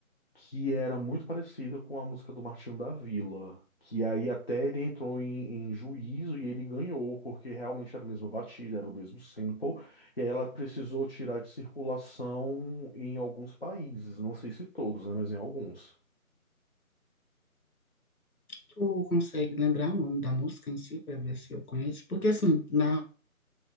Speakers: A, on the left; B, on the left.
A: que era muito parecida com a música do Martinho da Vila, que aí até ele entrou em, em juízo e ele ganhou, porque realmente era a mesma batida, era o mesmo sample, e aí ela precisou tirar de circulação em alguns países, não sei se todos, né, mas em alguns.
B: Tu consegue lembrar o nome da música em si, para ver se eu conheço? Porque, assim, na,